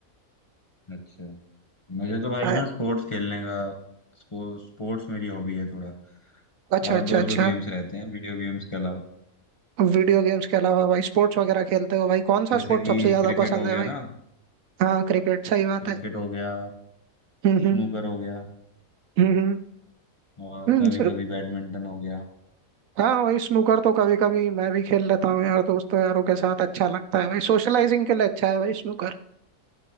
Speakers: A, on the left; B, on the right.
A: अच्छा मुझे तो भाई
B: अ-
A: ना स्पोर्ट्स खेलने का स्पो, स्पोर्ट्स मेरी हॉबी है थोड़ा
B: अच्छा
A: आउटडोर
B: अच्छा अच्छा
A: जो गेम्स रहते हैं वीडियो गेम्स के अलावा
B: वीडियो गेम्स के अलावा भाई स्पोर्ट्स वगैरह खेलते हो भाई कौन सा
A: जैसे
B: स्पोर्ट्स
A: कि
B: सबसे ज्यादा
A: क्रिकेट
B: पसंद
A: हो
B: है
A: गया
B: भाई
A: ना
B: हाँ क्रिकेट सही बात
A: क्रिकेट
B: है
A: हो गया
B: हम्म हम्म
A: स्नूकर हो गया
B: हम्म
A: और
B: हम्म।
A: कभी कभी बैडमिंटन हो गया
B: हाँ हाँ, वही स्नूकर तो कभी कभी मैं भी खेल लेता हूँ यार दोस्तों यारों के साथ अच्छा लगता है भाई सोशलाइजिंग के लिए अच्छा है भाई स्नूकर